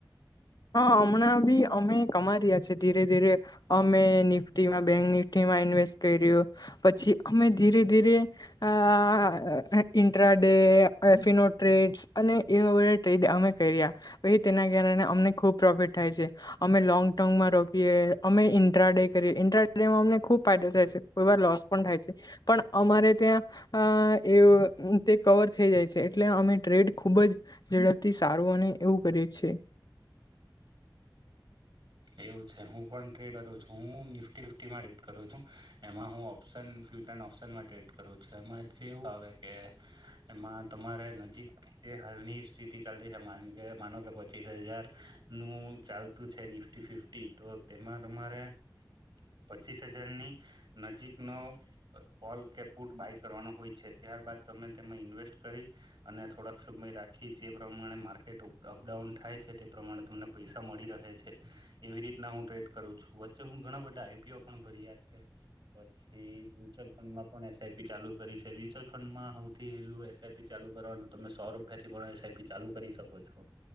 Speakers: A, on the left; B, on the right.
A: હા હમણાં બી અમે કમાઈ રહ્યા છેએ ધીરે ધીરે અમે બેંક ટીમાં <unintelligible> ઇન્વેસ્ટ કર્યું પછી અમે ધીરે ધીરે આ ઇન્ટ્રાડે એફિનો ટ્રેડ અને એવા બધા ટ્રેડ અમે કર્યા પછી તેના કારણે અમને ખૂબ પ્રોફિટ થાય છે અમે લોંગ ટર્મમાં રોકીએ અમે ઇન્ટ્રાડે કરીએ ઇન્ટ્રાડેમાં અમને ખુબ ફાયદો થાય છે કોઈ વાર લોસ પણ થાય છે પણ અમારે ત્યાં એ કવર થઈ જાય છે એટલે અમે ટ્રેડ ખૂબ જ ઝડપથી સારું અને એવું કરીએ છે
B: એવું છે હું પણ ટ્રે કરું છું હું નિફ્ટી ફિફટી રેટ કરું છું એમાં હું ઓપ્શન ફ્યચરડ <unintelligible> ઓપ્શનમાં ટ્રેડ કરું છું એમાંથી એવું આવે કે એમાં તમારે નજીક હાલની સ્થિતિ ચાલતી છે માનો કે પચીસ હજાર નું ચાલતું છે ફિફ્ટી ફિફ્ટી તો તેમાં તમારે પચીસ હજારની નજીકનો ઓલ કેપૂટ બાય કરવાનો હોય છે ત્યારબાદ તમે તેમાં ઇન્વેસ્ટ કરી અને થોડાક સમય રાખી જે પ્રમાણે માર્કેટ અપડાઉન થાય છે તે પ્રમાણે તમને પૈસા મળી રહે છે એવી રીતના હું ટ્રેડ કરું છું વચ્ચે હું ઘણા બધા આઈપીઓ પણ ભર્યા છે પછી મ્યુચ્યુઅલ ફંડમાં પણ એસઆઈપી ચાલુ કરી છે મ્યુચ્યુઅલ ફંડમાં સૌથી હેલું એસઆઈપી ચાલુ કરવાનું તમે સો રૂપિયા થી પણ એસઈપી ચાલુ કરી શકો છો